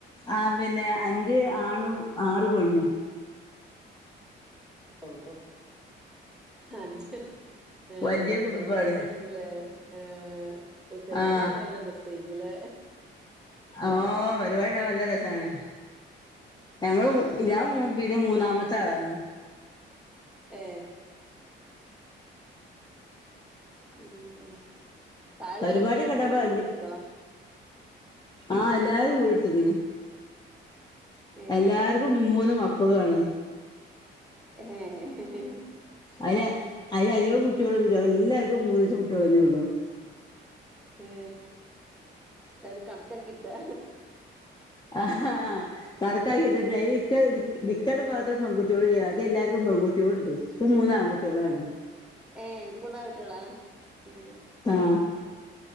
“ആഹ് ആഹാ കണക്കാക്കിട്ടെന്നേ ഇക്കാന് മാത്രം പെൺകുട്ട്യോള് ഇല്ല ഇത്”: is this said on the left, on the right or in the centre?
Left